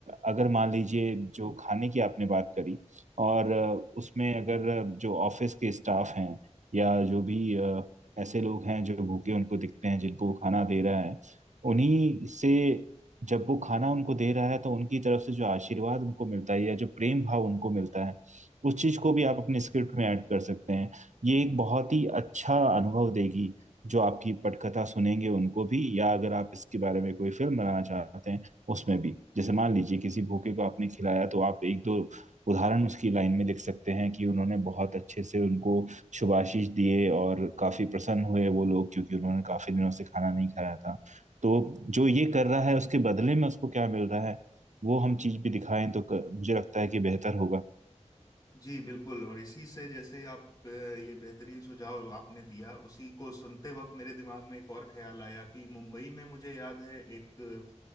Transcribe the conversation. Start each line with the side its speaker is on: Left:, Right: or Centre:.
Right: अगर मान लीजिए जो खाने की आपने बात करी और
Left: हम्म,
Right: अ, उसमें अगर जो ऑफिस के स्टाफ हैं या
Left: हम्म।
Right: जो भी अ, ऐसे लोग हैं जो भूखे उनको दिखते हैं जिनको वो खाना दे रहा है उन्हीं से जब वो खाना उनको दे रहा है तो उनकी तरफ से जो आशीर्वाद उनको मिलता है या जो प्रेम भाव उनको मिलता है उस चीज को भी आप अपने स्क्रिप्ट में ऐड कर सकते हैं ये एक बहुत ही अच्छा अनुभव देगी जो आपकी पटकथा सुनेंगे उनको भी या अगर आप इसके बारे में कोई फिल्म बनाना चाहते हैं उसमें भी जैसे मान लीजिए किसी भूखे को आपने खिलाया तो आप एक दो उदाहरण उसकी लाइन में लिख सकते हैं कि उन्होंने बहुत अच्छे से उनको शुभाशीष दिए और काफी प्रसन्न हुए वो लोग क्योंकि उन्होंने काफी दिनों से खाना नहीं खाया था तो जो ये कर रहा है उसके बदले में उसको क्या मिल रहा है वो हम चीज भी दिखाएं तो क- मुझे लगता है कि बेहतर होगा
Left: जी बिल्कुल और इसी से जैसे आप अ, ये बेहतरीन सुझाव आपने दिया उसी को सुनते वक्त मेरे दिमाग में एक और ख्याल आया कि मुंबई में मुझे याद है एक अ,